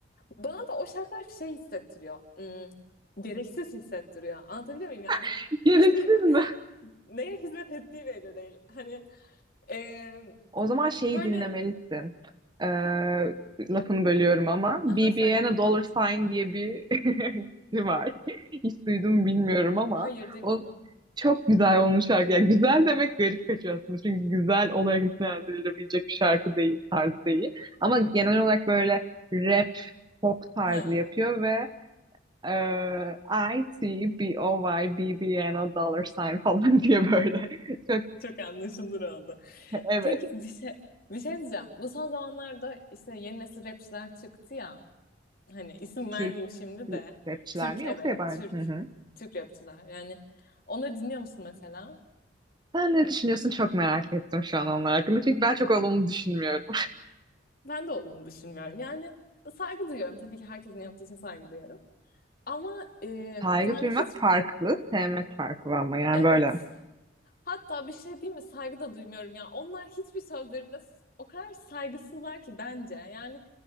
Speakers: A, on the left (about 50°); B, on the right (about 25°).
A: bana da o şarkılar şey hissettiriyor. Hmm, gereksiz hissettiriyor. Anlatabiliyor muyum? Yani
B: <laughs> Gereksiz
A: <laughs>
B: mi?
A: neye hizmet ettiği belli değil. Hani eee,
B: O zaman şeyi
A: böyle
B: dinlemelisin. Ee, lafını bölüyorum ama. BBN
A: Aha söyle.
B: Dollar Sign diye bir <laughs> kişi var. Hiç duydum mu bilmiyorum ama.
A: Hayır duymadım.
B: O çok güzel onun şarkı. Yani güzel demek garip kaçıyor aslında. Çünkü güzel olarak nitelendirilebilecek bir şarkı değil, tarz değil. Ama genel olarak böyle rap, pop tarzı
A: Ha,
B: yapıyor ve e, I-T-B-O-Y, B O Y B B N o dollar sign falan <laughs> diye böyle. Çok
A: çok anlaşılır oldu.
B: evet.
A: Peki bir şey bir şey diyeceğim. Bu son zamanlarda işte yeni nesil rapçiler çıktı ya. Hani isim
B: Türk
A: vermeyeyim şimdi de.
B: rapçiler
A: Türk
B: mi yoksa
A: evet
B: yabancı?
A: Türk.
B: Hı hı.
A: Türk rapçiler. Yani onları dinliyor musun mesela?
B: Sen ne düşünüyorsun? Çok merak ettim şu an onlar hakkında. Çünkü ben çok olumlu düşünmüyorum.
A: Ben de olduğumu düşünmüyorum. Yani saygı duyuyorum. Tabii ki herkesin yaptığı için saygı duyuyorum. Ama e,
B: <laughs> Saygı
A: yani
B: duymak
A: hiç
B: farklı, sevmek farklı ama yani
A: evet
B: böyle.
A: Hatta bir şey değil mi? Saygı da duymuyorum ya. Onlar hiçbir sözlerinde s- o kadar saygısızlar ki bence. Yani